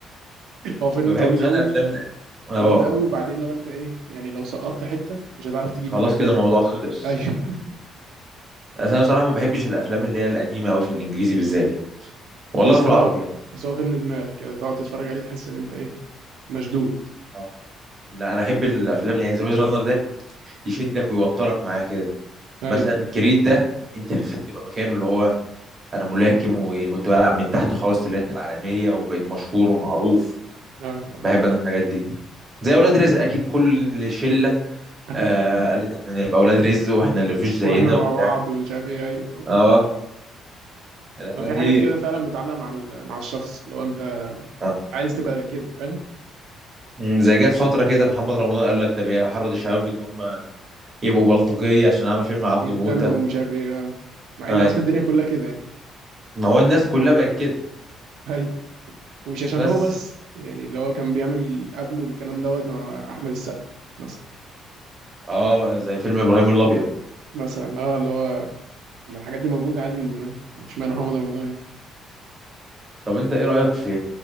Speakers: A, on the right; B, on the right.
A: هو فيلم
B: ما بحبش
A: طويل قوي
B: أنا أفلام ال- اه
A: طويل قوي وبعدين لو انت ايه يعني لو سقطت حته مش هتعرف تجيب
B: خلاص
A: الباقي
B: كده الموضوع خلص
A: ايوه <laughs>
B: أصل أنا بصراحة ما بحبش الأفلام اللي هي القديمة أوي في الإنجليزي بالذات يعني والله
A: بس
B: في
A: هو
B: العربي يعني
A: بس هو فيلم دماغ كده تقعد تتفرج عليه تحس ان انت ايه مشدود
B: اه لا انا احب الافلام يعني ذا ميز رانر ده يشدك ويوترك معاه كده
A: ايوه
B: مثلا كريد ده انت نفسك تبقى مكانه اللي هو انا ملاكم وكنت بلعب من تحت خلاص طلعت العالميه وبقيت مشهور ومعروف
A: اه
B: بحب انا الحاجات دي زي اولاد رزق اكيد كل شله آه
A: ايوه
B: قالت احنا نبقى اولاد رزق واحنا اللي
A: <laughs>
B: مفيش زينا
A: واحنا مع
B: وبتاع
A: بعض ومش عارف ايه ايوه
B: اه الافلام
A: ما في
B: دي
A: حاجات كده فعلا بتعلق مع ال- مع الشخص لو انت
B: آه.
A: عايز تبقى كده فاهم
B: مم، زي جت فتره كده محمد رمضان قال لك ده بيحرض الشباب ان هم يبقوا بلطجيه عشان عمل فيلم عبده
A: بيتخانقوا
B: موته
A: ومش عارف ايه اه مع
B: اي
A: ان اصل الدنيا كلها كده يعني
B: ما هو الناس كلها بقت كده
A: هي ومش عشان
B: بس
A: هو بس يعني اللي هو كان بيعمل قبله الكلام دوت مع احمد السقا مثلا
B: اه زي فيلم ابراهيم الابيض
A: مثلا اه اللي هو ما الحاجات دي موجوده عادي من زمان اشمعنى محمد رمضان يعني
B: طب انت ايه رأيك في